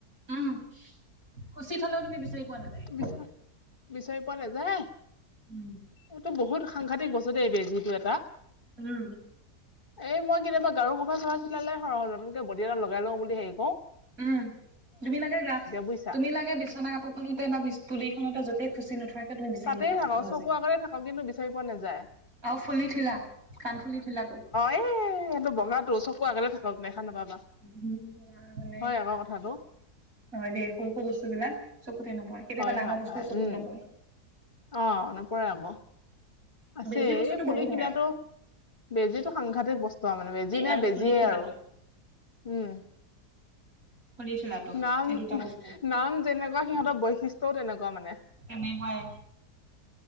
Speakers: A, on the right; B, on the left.
A: উম খুচি থলেও তুমি বিচাৰি পোৱা নাযায়
B: বিচা বিচাৰি পোৱা নাযায়।
A: উম
B: এইটো বহুত সাংঘাতিক বস্তু দেই বেজিটো এটা।
A: উম।
B: এই মই কেতিয়াবা গাৰুৰ কভাৰ-চভাৰ চিলালে <unintelligible> নতুনকে বডি এটা লগাই লওঁ বুলি হেৰি কওঁ
A: উম তুমি লাগে গাভ
B: বুজিছা
A: তুমি লাগে বিচনা কাপোৰখনতে বা বিচ তুলিখনতে য'তে খুচি নোথোৱা কিয় তুমি বিচাৰি
B: তাতেই
A: নোপোৱা
B: থাকক
A: সহজে।
B: চকুৰ আগতে থাকক কিন্তু বিচাৰি পোৱা নাযায়
A: আৰু ফুলিৰ থিলা, কাণফুলিৰ থিলাটো।
B: এ সেইটো বগাটো চকু আগতে থাকক দেখা নাপাবা।
A: তোমাৰ মানে
B: হয়
A: হয়
B: আকৌ কথাটো
A: দেই সৰু সৰু বস্তুবিলাক চকুতেই নপৰে। কেতিয়াবা
B: হয়
A: ডাঙৰ
B: হয়
A: বস্তুও
B: হয়
A: চকুত
B: উম
A: নপৰে।
B: অ নপৰে আকৌ। আছেই
A: বেজি বস্তুটো
B: এই ফুলিৰ
A: বহুত
B: শিলাটো
A: হেৰা
B: বেজীটো সাংঘাতিক বস্তু মানে বেজি নাই
A: আৰু
B: বেজিয়ে
A: ফুলি ঠেলাটো
B: আৰু উম
A: ফুলি ঠেলাটো
B: নাম
A: এই
B: নাম
A: দুটা বস্তু
B: যেনেকুৱা সিহঁতৰ বৈশিষ্ট্যও তেনেকুৱা মানে
A: তেনেকুৱাই